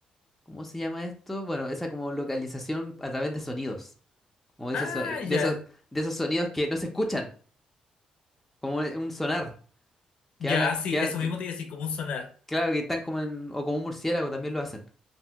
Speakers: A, in the centre; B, on the left (about 60°).
A: ¿Cómo se llama esto? Bueno, esa como localización a través de sonidos. Como de
B: Ah,
A: esos, so- de
B: ya,
A: esos, de esos sonidos que no se escuchan. Como un un sonar.
B: ya,
A: Que hablan...
B: sí,
A: Que, ha-
B: eso mismo te iba a decir, como un sonar.
A: claro, que están como en... O como un murciélago también lo hacen.